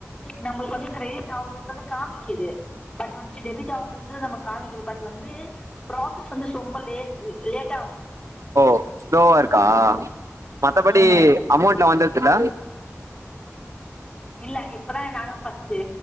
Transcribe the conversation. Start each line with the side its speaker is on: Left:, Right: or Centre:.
Left: நம்ளுக்கு வந்து க்ரெடிட் ஆவுதுன்றத காமிக்கிது பட் வந்துச்சு டெபிட் ஆவுதுன்றதுடு நம்க் காமிக்குது பட் வந்து ப்ராசஸ் வந்து சொம்ப லே லேட் ஆவுது
Right: ஓ ஸ்லோவாருக்கா மத்தபடி
Left: ம்
Right: அமௌண்ட்ல வந்துருதுல
Left: இல்ல இப்பதா நானு பஃர்ஸ்ட்டு